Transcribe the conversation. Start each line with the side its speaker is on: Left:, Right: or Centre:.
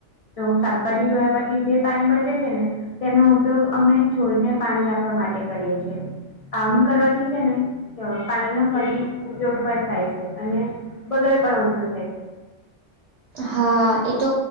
Left: તો શાકભાજી ધોયા પછી જે પાણી બચે છે ને તેનો ઉપયોગ અમે છોડને પાણી આપવા માટે કરીએ છીએ. આમ કરવાથી છે ને પાણીનો ફરી ઉપયોગ પણ થાય છે. અને બગાડ પણ ઓછો થાય છે.
Right: હા એ તો